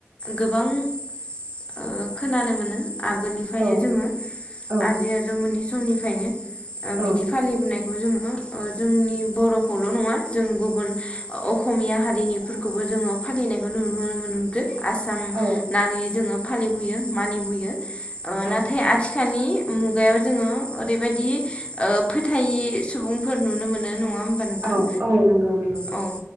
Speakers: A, on the left; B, on the right.
A: गोबां ओ खोनानो मोनो आगोलनिफ्रायनो
B: औ
A: जोङो
B: औ
A: आजै आजौ मोननै समनिफ्रायनो ओ
B: औ
A: बिदि फालिबोनायखौ जोङो ओ जोंनि बर'खौल' नङा जों गुबुन अखमिया हारिनिफोरखौबो जोङो फालिनायखौ <unintelligible> आसाम
B: औ
A: नाङै जोङो फालिबोयो मानिबोयो ओ नाथाय
B: औ
A: आथिखालनि मुगायाव जोङो ओरैबाददि ओ फोथायि सुबुंफोर नुनो मोनो नङा होमबा नोंथां
B: औ औ नोंगौ नोंगौ
A: औ